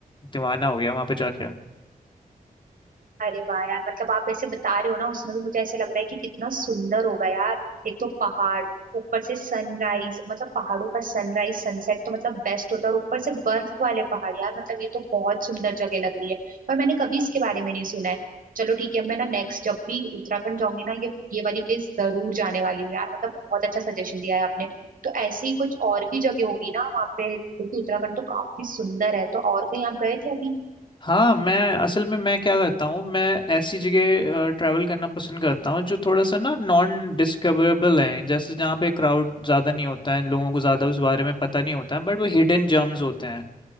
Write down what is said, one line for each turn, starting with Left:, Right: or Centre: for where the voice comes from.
Left: दीवाना हो गया वहां पे जाके
Right: अरे वाह यार मतलब आप ऐसे बता रहे हो ना उसमें भी मुझे ऐसा लग रहा है कि कितना सुंदर होगा यार एक तो पहाड़ ऊपर से सनराइज मतलब पहाड़ों का सनराइज सनसेट तो मतलब बेस्ट होता है और ऊपर से बर्फ वाले पहाड़ यार मतलब ये तो बहुत सुंदर जगह लग रही है पर मैंने कभी इसके बारे में नहीं सुना है चलो ठीक है अब मैं ना नेक्स्ट जब भी उत्तराखंड जाऊंगी ना ये ये वाली प्लेस जरूर जाने वाली हूँ यार मतलब बहुत अच्छा सजेशन दिया है आपने तो ऐसी ही कुछ और भी जगह होगी ना वहाँ पे क्योंकि उत्तराखंड तो काफी सुंदर है तो और कहीं आप गए थे अभी
Left: हाँ मैं असल में मैं क्या करता हूँ मैं ऐसी जगह ट्रैवल करना पसंद करता हूँ जो थोड़ा सा ना नॉन डिस्कवरेबल है जैसे जहाँ पे क्राउड ज़्यादा नहीं होता है लोगों को ज़्यादा उस बारे में पता नहीं होता है बट वो हिडन जेम्स होते हैं